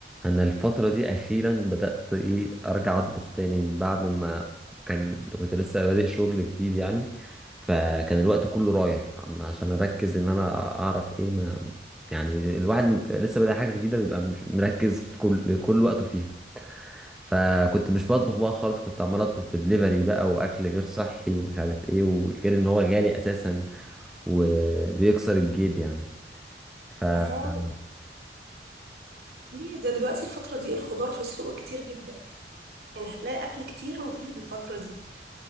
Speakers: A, in the centre; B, on the right.
A: انا الفتره دي اخيرا بدات ايه ارجع اطبخ تاني من بعد ما كان كنت لسه بادئ شغل جديد يعني فكان الوقت كله رايح عم- عشان اركز ان انا اعرف ايه ما يعني الواحد م- لسه بادئ حاجه جديده بيبقى مش مركز في كل كل وقته فيها فكنت مش بطبخ بقى خالص كنت عمال اطلب في دليفري بقى واكل غير صحي ومش عارف ايه وغير ان هو غالي اساسا وبيكسر الجيب يعني فبالظبط
B: اهو ليه ده دلوقتي الفترة دي الخضار في السوق كتير جدا يعني هتلاقي اكل كتير مفيد الفترة دي